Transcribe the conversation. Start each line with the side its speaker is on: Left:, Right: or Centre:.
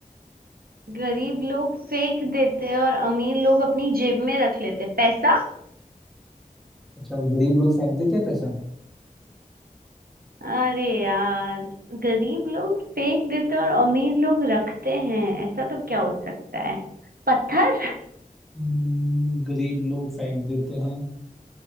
Right: गरीब लोग फेंक देते हैं और अमीर लोग अपनी जेब में रख लेते हैं पैसा
Centre: अच्छा गरीब लोग फेंक देते हैं पैसा
Right: अरे यार गरीब लोग फेंक देते हैं और अमीर लोग रखते हैं ऐसा तो क्या हो सकता है पत्थर
Centre: हम्म, गरीब लोग फेंक देते हैं